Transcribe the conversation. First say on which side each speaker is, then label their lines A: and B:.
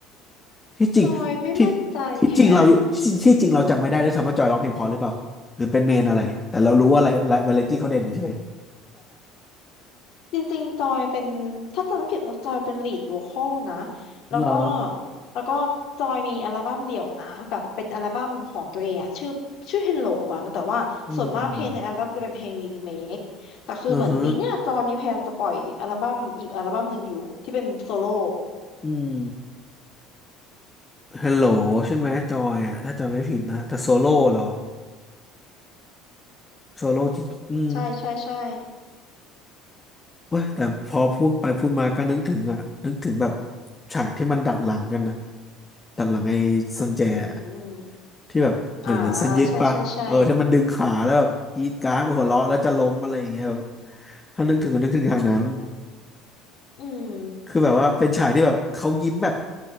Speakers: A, on the left; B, on the left.
A: ที่จริงที่
B: จอยไม่มั่นใจแฮะ
A: ที่จริงเราที่ที่จริงเราจำไม่ได้ด้วยซ้ำว่าจอยร้องเพลงเพอหรือเปล่าหรือเป็นเมนอะไรแต่เรารู้ว่าอะไรวาไรตี้เขาเด่นเฉย
B: จริงๆจอยเป็นถ้าจำไม่ผิดแล้วจอยเป็นลีดโวคอลนะ
A: ๆ
B: แล้วก็
A: <laughs> เหรอ
B: แล้วก็จอยมีอัลบั้มเดี่ยวนะแบบเป็นอัลบั้มของตัวเองอะชื่อชื่อ Hello มั้งแต่ว่าส่วนมากเพลงในอัลบั้มจะเป็นเพลงรีเมคแต่คือเหมือนปีเนี้ยจอยมีแพลนจะปล่อยอัลบั้มอีกอัลบั้มหนึ่งอยู่ที่เป็นโซโล่
A: อืมอือฮึอืมฮัลโหลใช่ไหมจอยอ่ะถ้าจำไม่ผิดนะแต่โซโล่เหรอโซโล่ที่อืม
B: ใช่ใช่ใช่
A: เว้ยแต่พอพูดไปพูดมาก็นึกถึงอะนึกถึงแบบฉากที่มันดัดหลังกันอะดัดหลังไอ้ซันแจอะ
B: อืม
A: ที่แบบเหมือนเหมือนเส้นยึดปะเออที่มันดึงขาแล้วแบบกรีดกราร์ดหัวเราะแล้วจะล้มอะไรอย่างเงี้ยแบบ
B: อ่าใช่ใช่ใช่
A: ถ้านึกถึงก็นึกถึงฉากนั้น
B: อืม
A: คือแบบว่าเป็นฉากที่แบบเขายิ้มแบบ